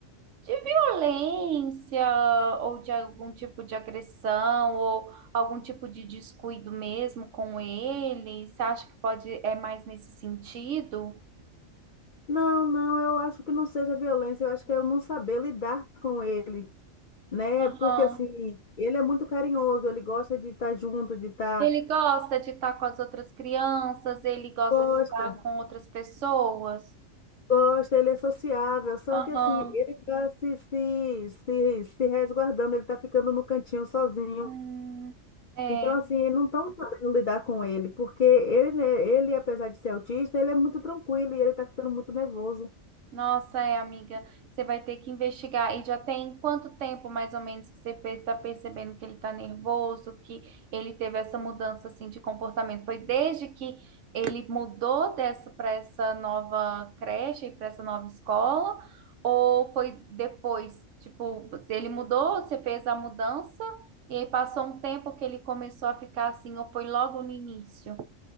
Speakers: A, on the right (about 70°); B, on the left (about 55°).
A: de violência ou de algum tipo de agressão ou algum tipo de descuido mesmo com ele? Você acha que pode é mais nesse sentido?
B: Não, não, eu acho que não seja violência, eu acho que é eu não saber lidar com ele, né?
A: Aham.
B: Porque, assim, ele é muito carinhoso, ele gosta de estar junto, de estar.
A: Ele gosta de estar com as outras crianças, ele gosta
B: Gosta,
A: de estar com outras pessoas.
B: gosta, ele é sociável, só
A: Aham.
B: que assim, ele está se, se, se, se resguardando, ele está ficando no cantinho sozinho.
A: Hum, é.
B: Então, assim, não estão sabendo lidar com ele, porque ele, né, ele, apesar de ser autista, ele é muito tranquilo e ele está ficando muito nervoso.
A: Nossa, é, amiga, você vai ter que investigar. E já tem quanto tempo, mais ou menos, que você está percebendo que ele está nervoso, que ele teve essa mudança assim de comportamento? Foi desde que ele mudou dessa para essa nova creche e para essa nova escola, ou foi depois? Tipo, ele mudou, você fez a mudança e aí passou um tempo que ele começou a ficar assim, ou foi logo no início?